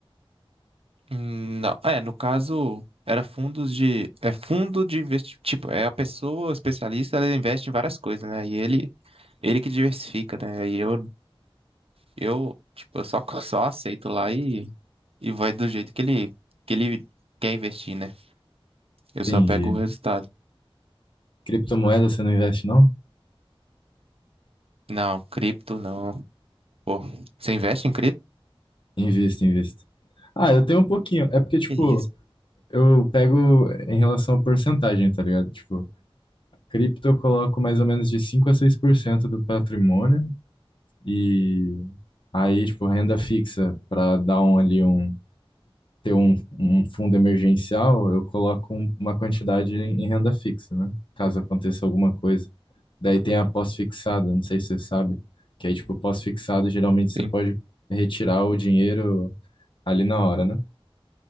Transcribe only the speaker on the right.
Hum, Não, é, no caso, era fundos de. É fundo de investimento. Tipo, é a pessoa, o especialista, ela investe em várias coisas, né? E ele, ele que diversifica, né? E eu, eu, tipo, eu só, <laughs> só aceito lá e, e vai do jeito que ele, que ele quer investir, né? Eu
só pego o resultado.
Não, cripto não. Pô, você investe em cripto?
Que isso?
Sim.